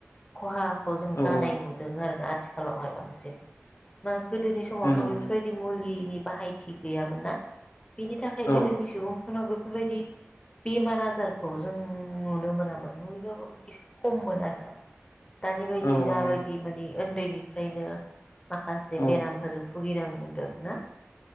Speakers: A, on the left (about 20°); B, on the left (about 80°).
A: खहा खौ जों
B: औ
A: जानाय
B: औ
A: नुदों आरोना। आथिखालावहाय बांसिन। <unintelligible> गोदोनि समावथ'
B: नंगौ
A: बेफोरबायदि मुलि नि बाहायथि गैयामोन ना? बिनि थाखाय
B: औ
A: गोदोनि सुबुंफोरनावबो बेफोरबायदि बेमार आजारखौ जों नुनो मोनामोन नुयोबाबो एसे खममोन आरोना। दानि बायदि
B: औ
A: जाबायदि
B: औ
A: मानि। ओन्दैनिफ्रायनो। माखासे
B: औ
A: बेरामफोर ब बुगिनांदों ना।